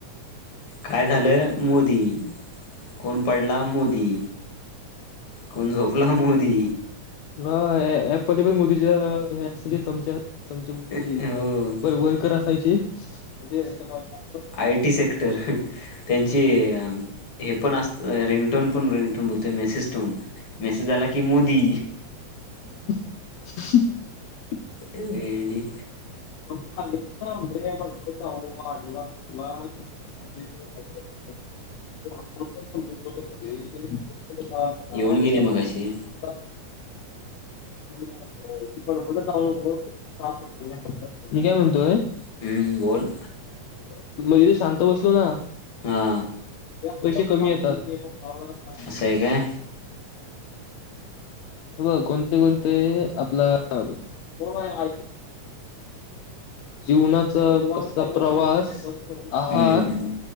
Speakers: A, on the left (about 50°); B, on the left (about 70°).
A: काय झालं मोदी कोण पडला मोदी. कोण झोपला मोदी.
B: होय हपली पण मोदीच्या अस चमच्या चमच्या <unintelligible>
A: हो
B: वय वयर्कर असायचे <unintelligible>
A: आय टी सेक्टर हं त्यांची हे पण अस रिंगटोन पण रिंगटोन बोलतोय मेसेज टोन मेसेज आला की मोदी.
B: <inaudible>
A: वेडी
B: <unintelligible> <unintelligible> <unintelligible>
A: येऊन गेली मगाशी
B: <unintelligible> मी काय म्हणतोय.
A: हम्म बोल.
B: <unintelligible> शांत बसलो ना,
A: हा
B: पैसे कमी येतात.
A: असं आहे काय
B: ब कोणते कोणते आपले <unintelligible> अ जीवनाचा कसला प्रवास. आहार
A: हम्म